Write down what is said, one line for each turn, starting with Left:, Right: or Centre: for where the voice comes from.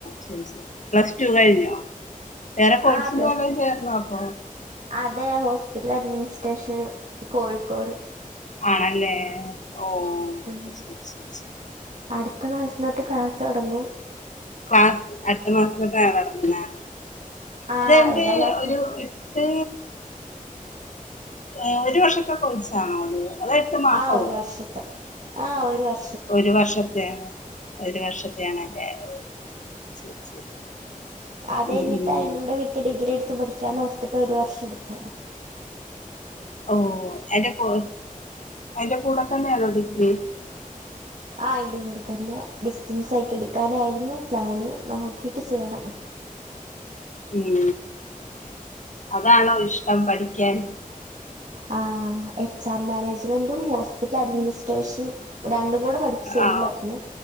Left: ശരി ശരി പ്ലസ് ടു കഴിഞ്ഞോ? വേറെ കോഴ്സിന്
Right: ആ പ്ലസ്
Left: വല്ലോം ചേർന്നോ അപ്പൊ
Right: അതെ ഹോസ്പിറ്റൽ അഡ്മിനിസ്ട്രേഷന് കോഴിക്കോട്
Left: ആണല്ലേ ഓ
Right: ഉം
Left: ശരി ശരി ശരി
Right: അടുത്ത മാസം തോട്ട് ക്ലാസോടങ്ങും
Left: ക്ളാസ് അടുത്ത മാസംതൊട്ടാണോ തുടങ്ങുന്നേ
Right: ആ
Left: അതേ എന്റെ
Right: ഏതായാലും
Left: ഒരു എട്ട് ഏ ഒരു വർഷത്തെ കോഴ്സാ ണോ അത്. അതോ എട്ട് മാസവോ?
Right: ആ ഒരു വർഷത്തെ ആഹ ഒരു വർ
Left: ഒരു വർഷത്തെ ഒരു വർഷത്തെയണല്ലേ ഓ ശരി ശരി
Right: അത് കഴിഞ്ഞിട്ട്
Left: ഉം ഉം
Right: അതിന്റെറെ കൂടെ വിത്ത് ഡിഗ്രി എടുത്തു പഠിക്കാന്നോർത്തിട്ട് ഒരു വർഷം ടുത്തേ
Left: ഓ അന്റെ ക എൻറെ കൂടെ തന്നെയാണോ ഡിഗ്രി ഉം
Right: ആ അയിന്റെ കൂടെ തന്നെ ഡിസ്റ്റൻസ് ആയിട്ട് എടുക്കാനായിരുന്നു പ്ലാന് നോക്കിട്ട് ചെയ്യണം
Left: ഉം അതാണോ ഇഷ്ടം പഠിക്കാൻ
Right: ആ എച്ച് ആർ മാനേജ്മെന്റും ഹോസ്പിറ്റൽ അഡ്മിനിസ്ട്രേഷനും രണ്ടും കൂടെ പഠിപ്പിച്ചു തരും
Left: ആ
Right: പറഞ്ഞ്